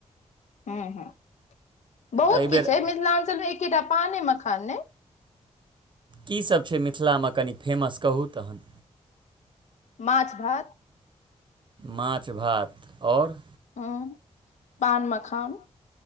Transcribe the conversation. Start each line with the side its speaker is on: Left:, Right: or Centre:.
Left: हूँ हूँ बहुत
Right: एहिबेर
Left: किछु अइ मिथिलाञ्चलमे एकेटा पान अइ मखान नहि
Right: की सब छै मिथिलामे कनि फेमस कहू तहन
Left: मान्छ भात
Right: माछ भात और
Left: हुँ पान मखान